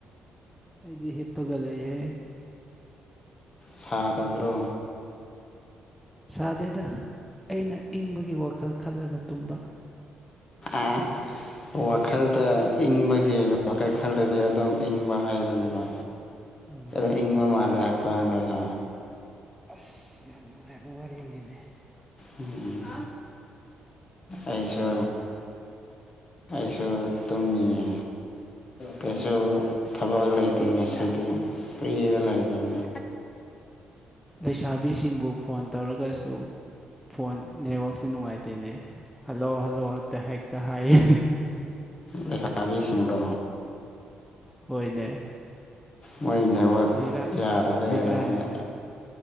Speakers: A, in the centre; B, on the left.
A: ꯑꯩꯗꯤ ꯍꯤꯞꯄꯥ ꯒꯥ ꯂꯩ ꯑꯦ
B: ꯁꯥꯗꯕ꯭ꯔꯣ
A: ꯁꯥꯗꯦꯗ ꯑꯩꯅ ꯏꯪꯕꯒꯤ ꯋꯥꯈꯜ ꯈꯜꯂꯒ ꯇꯨꯝꯕ
B: ꯑꯦ ꯋꯥꯈꯜꯗ ꯏꯪꯕꯒꯤ ꯋꯥꯈꯜ ꯈꯜꯗꯗꯤ ꯑꯗꯨꯝ ꯏꯪꯕ ꯍꯥꯏꯗꯨꯅꯤꯀꯣ
A: ꯎꯝ
B: ꯑ ꯏꯡꯕ
A: ꯃꯥꯅꯦ
B: ꯃꯥꯂꯦ ꯍꯥꯛꯆꯥꯡꯗꯁꯨ
A: ꯑꯁ ꯌꯥꯝ ꯅꯨꯡꯉꯥꯏꯕ ꯋꯥꯔꯤꯅꯤꯅꯦ
B: ꯎꯝ
A: ꯀꯩꯗꯧꯁꯦ
B: ꯑꯩꯁꯨ
A: ꯍꯥꯏꯕꯅꯣ
B: ꯑꯩꯁꯨ ꯇꯨꯝꯃꯤ ꯑꯦ ꯀꯩꯁꯨ ꯊꯕꯛ ꯂꯩꯇꯦ ꯉꯁꯤꯗꯤ ꯐ꯭ꯔꯤꯗ ꯂꯩꯗꯣꯏꯅꯦ
A: ꯂꯩꯁꯥꯕꯤꯁꯤꯡꯕꯨ ꯐꯣꯟ ꯇꯧꯔꯒꯁꯨ ꯐꯣꯟ ꯅꯦꯠꯋꯥꯛꯛꯁꯦ ꯅꯨꯡꯉꯥꯏꯇꯦꯅꯦ ꯍꯜꯂꯣ ꯍꯜꯂꯣꯑꯣ ꯍꯛꯇ ꯍꯦꯛꯇ ꯍꯥꯏ
B: ꯂꯩꯁꯥꯕꯤꯁꯤꯡꯗꯣ
A: ꯍꯣꯏꯅꯦ
B: ꯃꯣꯏ ꯅꯦꯠꯋꯥꯛ
A: ꯕꯦꯔꯥ
B: ꯌꯥꯗꯕ
A: ꯕꯦꯔꯥꯅꯤꯅꯦ
B: ꯂꯩꯔꯝꯃꯅꯦ